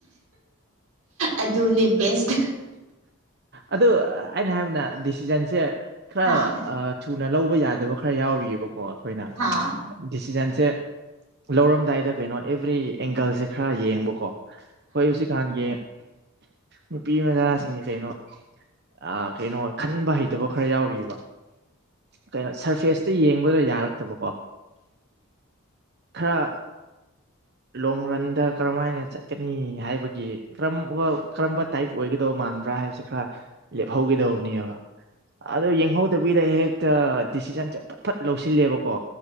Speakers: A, on the right; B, on the right.
A: ꯑꯗꯨꯅꯤ ꯕꯦꯁꯠ
B: ꯑꯗꯨ ꯑꯩꯅ ꯍꯥꯏꯕꯅ ꯗꯤꯁꯤꯖꯟꯁꯦ ꯈꯔ
A: ꯑꯥ
B: ꯑ ꯊꯨꯅ ꯂꯧꯕ ꯌꯥꯗꯕ ꯈꯔ ꯌꯥꯎꯔꯤꯕꯀꯣ ꯑꯩꯈꯣꯏꯅ
A: ꯑꯥ
B: ꯗꯤꯁꯤꯖꯟꯁꯦ ꯂꯧꯔꯝꯗꯥꯏꯗ ꯀꯩꯅꯣ ꯑꯦꯕ꯭ꯔꯤ ꯑꯦꯡꯒꯜꯁꯦ ꯈꯔ ꯌꯦꯡꯕꯀꯣ ꯍꯣꯏ ꯍꯧꯁꯤ ꯀꯥꯟꯒꯤ ꯅꯨꯄꯤ ꯃꯗꯥ ꯁꯤꯡ ꯀꯩꯅꯣ ꯑꯥ ꯀꯩꯅꯣ ꯈꯟꯕ ꯍꯩꯇꯕ ꯈꯔ ꯌꯥꯎꯔꯤꯕ ꯀꯩꯅꯣ ꯁꯔꯐꯦꯁꯇ ꯌꯦꯡꯕꯗꯣ ꯌꯥꯔꯛꯇꯕꯀꯣ ꯈꯔ ꯂꯣꯡ ꯔꯟꯗ ꯀꯔꯝꯃꯥꯏꯅ ꯆꯠꯀꯅꯤ ꯍꯥꯏꯕꯒꯤ ꯀꯔꯝ ꯋꯥꯔꯜ ꯀꯔꯝꯕ ꯇꯥꯏꯞ ꯑꯣꯏꯒꯗꯧꯕ ꯃꯥꯟꯕ꯭ꯔꯥ ꯍꯥꯏꯕꯁꯦ ꯈꯔ ꯂꯦꯞꯍꯧꯒꯗꯧꯕꯅꯦꯕ ꯑꯗꯣ ꯌꯦꯡꯍꯧꯗꯕꯤꯗ ꯍꯦꯛꯇ ꯗꯤꯁꯤꯖꯟꯁꯦ ꯐꯠ ꯐꯠ ꯂꯧꯁꯤꯜꯂꯦꯕꯀꯣ